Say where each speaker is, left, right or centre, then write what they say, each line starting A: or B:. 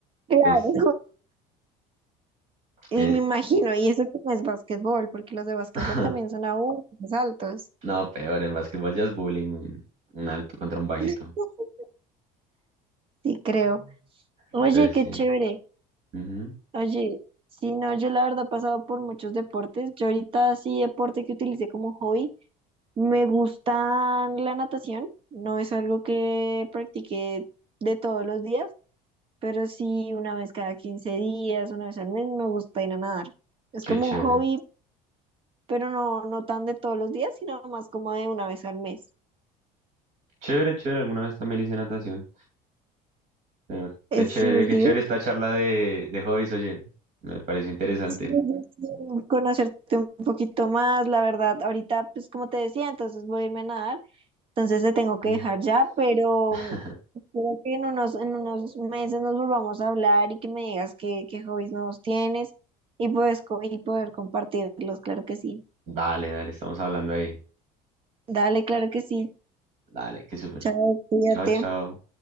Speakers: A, on the right (about 35°); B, on the right (about 50°).
A: Claro.
B: Entonces,
A: Y
B: eh,
A: me imagino, y eso que no es básquetbol, porque los de básquetbol
B: <laughs>
A: también son aún más altos.
B: no, peor, en básquetbol ya es bullying, un alto contra un bajito.
A: <laughs> Sí, creo. Oye,
B: Entonces,
A: qué
B: sí.
A: chévere.
B: ujú,
A: Oye, sí, no, yo la verdad he pasado por muchos deportes. Yo ahorita sí deporte que utilicé como hobby Me gusta la natación, no es algo que practique de todos los días, pero sí una vez cada 15 días, una vez al mes, me gusta ir a nadar. Es
B: Qué
A: como
B: chévere.
A: un hobby, pero no, no tan de todos los días, sino más como de una vez al mes.
B: Chévere, chévere, alguna vez también hice natación. Pero qué
A: Eh,
B: chévere,
A: sí, es
B: qué
A: div-
B: chévere esta charla de, de hobbies, oye. Me pareció interesante.
A: sí, es divertido conocerte un poquito más, la verdad, ahorita, pues como te decía, entonces voy a irme a nadar. Entonces te tengo que
B: Mm.
A: dejar ya, pero
B: <laughs>
A: mm, espero que en unos, en unos meses nos volvamos a hablar y que me digas qué, qué hobbies nuevos tienes y, puedes, co- y poder compartirlos, claro que sí.
B: Dale, dale, estamos hablando ahí.
A: Dale, claro que sí.
B: Dale, qué súper.
A: Chao, cuídate.
B: Chao, chao.